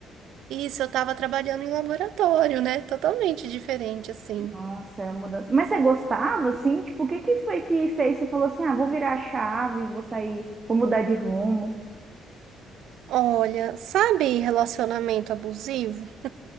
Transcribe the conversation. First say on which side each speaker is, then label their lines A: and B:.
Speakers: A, on the right; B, on the right.
A: Isso, eu tava trabalhando em laboratório, né? Totalmente diferente, assim.
B: Nossa, é uma mudança. Mas você gostava, assim? Tipo, o que que foi que fez? Você falou assim, ah, vou virar a chave, vou sair, vou mudar de rumo.
A: Olha, sabe relacionamento abusivo?